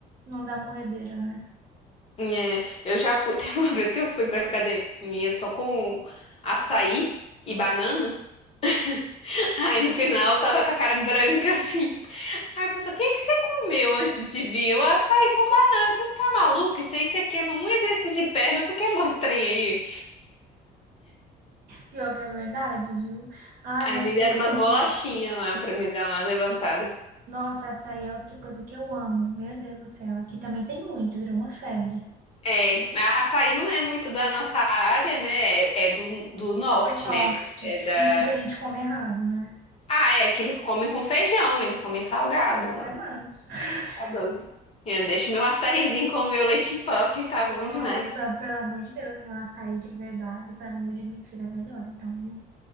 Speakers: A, on the right; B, on the left.
A: Não dá morredeira, né?
B: É, eu já fui, <laughs> tem uma vez que eu fui pra academia só com açaí e banana, <laughs> aí no final eu tava com a cara branca <laughs> assim. Aí eu pensei, o que que você comeu antes de vir? Eu açaí com banana, você tá maluca? Isso aí você queima um exercício de perna, você queimou esse trem aí.
A: Pior que é verdade, viu? Ai,
B: Aí
A: mas
B: me deram
A: eu amo.
B: umas bolachinhas lá pra me dar uma levantada.
A: Nossa, açaí é outra coisa que eu amo. Meu Deus do céu, aqui também tem muito, virou uma febre.
B: É, a- açaí não é muito da nossa área, né? É, é do, do norte,
A: Do norte,
B: né? De- É da...
A: dizem que a gente come errado, né?
B: Ah, é, porque eles comem com feijão, eles comem salgado
A: Deus
B: lá.
A: é mais. <laughs>
B: Tá doido. Eu deixo meu açaizinho com meu leite em pó, que tá bom
A: Nossa,
B: demais.
A: pelo amor de Deus, lá açaí de verdade, pra mim o de mentira é melhor, então, viu?